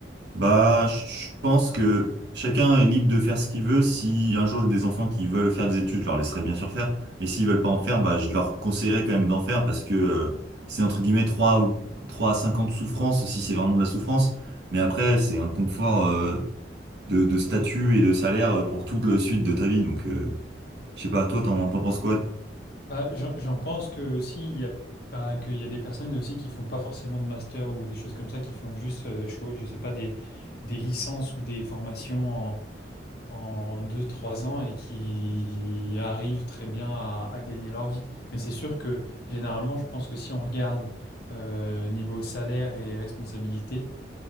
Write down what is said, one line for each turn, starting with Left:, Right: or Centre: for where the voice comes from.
Right: Bah, je pense que chacun est libre de faire ce qu'il veut. Si un jour j'ai des enfants qui veulent faire des études, je leur laisserai bien sûr faire. Et s'ils veulent pas en faire, bah, je leur conseillerais quand même d'en faire parce que euh, c'est entre guillemets 3, ou 3 à 5 ans de souffrance si c'est vraiment de la souffrance. Mais après, c'est un confort euh, de, de statut et de salaire euh, pour toute la suite de ta vie. Donc, euh, je sais pas, toi, t'en, t'en penses quoi?
Left: Bah, j'en j'en pense que aussi il y a bah, qu'il y a des personnes aussi qui font pas forcément de master ou des choses comme ça, qui font juste, euh, je, je sais pas, des, des licences ou des formations en, en 2-3 ans et qui arrivent très bien à, à gagner leur vie. Mais c'est sûr que généralement, je pense que si on regarde euh, niveau salaire et responsabilité,